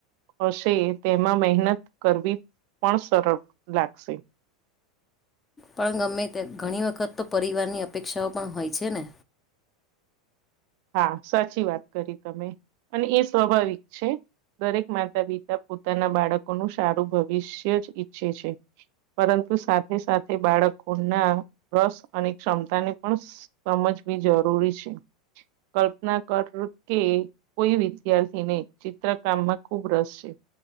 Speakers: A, on the right; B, on the left.
A: હશે તેમાં મહેનત કરવી પણ સરળ લાગશે.
B: પણ ગમે તે ઘણી વખત તો પરિવારની અપેક્ષાઓ પણ હોય છે ને?
A: હા, સાચી વાત કરી તમે અને એ સ્વાભાવિક છે. દરેક માતા પિતા પોતાના બાળકોનું સારું ભવિષ્ય જ ઈચ્છે છે. પરંતુ સાથે સાથે બાળકોના રસ અને ક્ષમતા ને પણ સમજવી જરૂરી છે કલ્પના કર કે કોઈ વિદ્યાર્થીને ચિત્રકામમાં ખુબ રસ છે